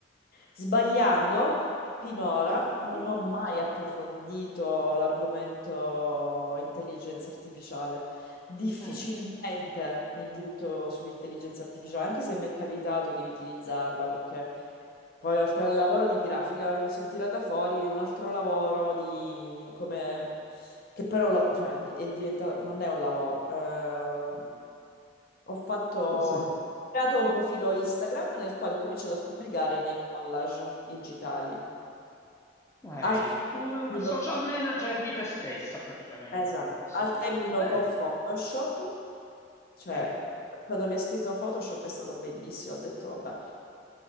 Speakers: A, on the left; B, on the left.
A: sbagliando finora
B: Sì,
A: non ho mai
B: sì.
A: approfondito l'argomento intelligenza artificiale. Difficilmente
B: Eh,
A: mi butto sull'intelligenza artificiale, anche se mi è capitato di utilizzarla, perché poi oltre al lavoro di grafica mi sono tirata fuori un altro lavoro di come che però lo- cioè, è diventato non è un lavoro. eh, ho fatto ho
B: forse.
A: creato un profilo Instagram nel quale ho cominciato a pubblicare i miei collage digitali.
B: Sei
A: Al che
B: una
A: mi
B: social
A: notò
B: manager di te stessa, praticamente,
A: Esatto,
B: se lo posso
A: al
B: interpretare.
A: che mi notò Photoshop, cioè
B: Bene.
A: quando mi ha scritto Photoshop è stato bellissimo, ho detto vabbè,